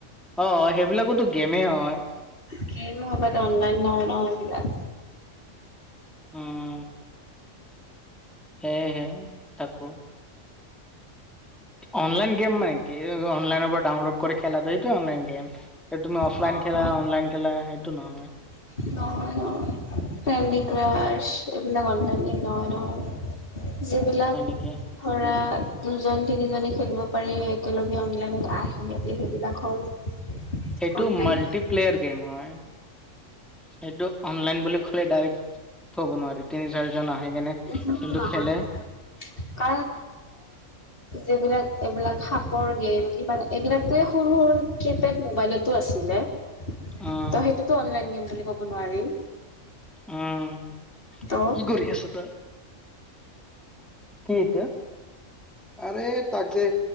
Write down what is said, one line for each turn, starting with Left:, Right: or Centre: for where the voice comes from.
Centre: অঁ, অঁ, সেইবিলাকোতো গেমে হয়।
Left: কিনো হ'ব অনলাইন নহয়- নহয় সেইবিলাক।
Centre: উম। হে, হে তাকো। অনলাইন গেম মানে কি অনলাইনৰ পৰা ডাউনলোড কৰি খেলাটো এইটোৱে অনলাইন গেম। এ তুমি অফলাইন
Left: নহয়
Centre: খেলা অনলাইন খেলা, সেইটো নহয়।
Left: অহ' কেণ্ডি ক্ৰাচ এই বিলাক অনলাইন গেম নহয় নহয় যিবিলাক
Centre: হয় নেকি?
Left: ধৰা, দুজন তিনিজনে খেলিব পাৰি, একেলগে অনলাইনত আহে, সেইবিলাক হ'ল। <inaudible>
Centre: সেইটো
Left: অনলাইন
Centre: মাল্টিপ্লেয়াৰ
Left: গেম
Centre: গেম হয়। সেইটো অনলাইন বুলি ক'লে ডাইৰেক্ট থব নোৱাৰি তিনি চাৰিজন আহি কেনে কিন্তু
Left: নহয়
Centre: খেলে
Left: <inaudible> যিবিলাক এইবিলাক সাপৰ গেম কিবা এইবিলাকে সৰু সৰু ট্ৰিপেড মোবাইলত তো আছিলে ত
Centre: উম,
Left: সেইটোতো অনলাইন গেম বুলি ক'ব নোৱাৰি
Centre: উম
Left: ত'
Centre: কি কৰি আছ তই কি এতিয়া আৰে তাক যে,